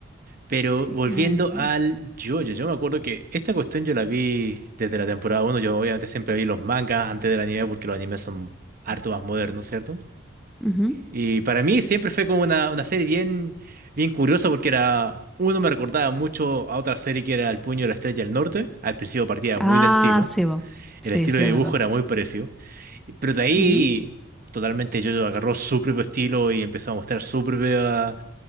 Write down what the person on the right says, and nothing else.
Pero
volviendo
al JoJo, yo me acuerdo que esta cuestión yo la vi desde la temporada uno. Yo obviamente siempre vi los mangas antes del anime porque los animes son harto más modernos, ¿cierto?
Y para mí siempre fue como una, una serie bien, bien curiosa porque era, uno me recordaba mucho a otra serie que era El Puño de la Estrella del Norte. Al principio partía
muy de ese estilo,
el
estilo
de
dibujo
era muy parecido, y- pero de ahí
totalmente yo agarró su propio estilo y empezó a mostrar su propia,